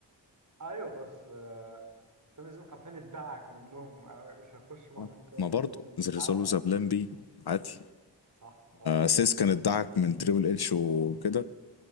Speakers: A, on the right; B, on the left.
A: ايوه بس آه، سامي زين حرفيا ادعك منهم آه، مش هيخش معاهم
B: آه،
A: تاني
B: ما برضه
A: ما اظنش
B: there
A: مش عارف
B: is always a plan B عادي
A: صح غلط.
B: سيس كان ادعك من تريبل اتش وكده